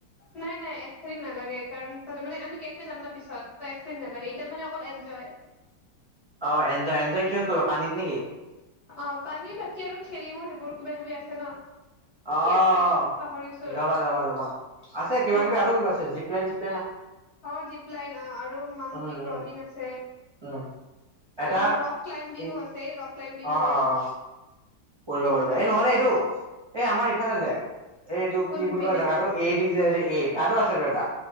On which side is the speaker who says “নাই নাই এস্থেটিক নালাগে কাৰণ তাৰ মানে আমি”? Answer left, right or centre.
Left